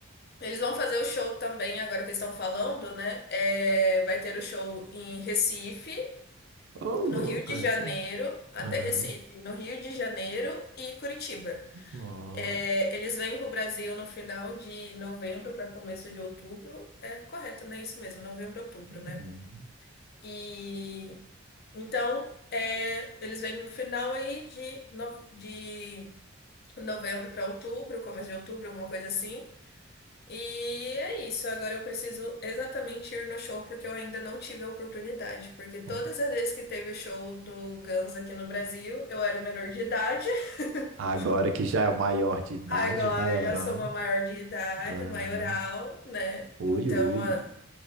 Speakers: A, on the left; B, on the right.
A: eles vão fazer o show também, agora que eles estão falando, né? É, vai ter o show em Recife.
B: Ô, louco
A: no Rio de
B: esse.
A: Janeiro até
B: Aham.
A: Recife, no Rio de Janeiro e Curitiba.
B: Nossa.
A: É, eles vêm para o Brasil no final de novembro para começo de outubro, é correto, né? Isso mesmo, novembro, outubro,
B: Uhum.
A: né? E então é, eles vêm no final aí de, no- de novembro para outubro, começo de outubro, alguma coisa assim. E é isso, agora eu preciso exatamente ir no show porque eu ainda não tive a oportunidade, porque todas
B: Uhum.
A: as vezes que teve o show do Guns aqui no Brasil, eu era menor de idade. <laughs>
B: Agora que já é o maior de idade,
A: Agora
B: maioral.
A: eu já sou uma maior de idade,
B: Ah,
A: maioral, né?
B: ui,
A: Então
B: ui.
A: a,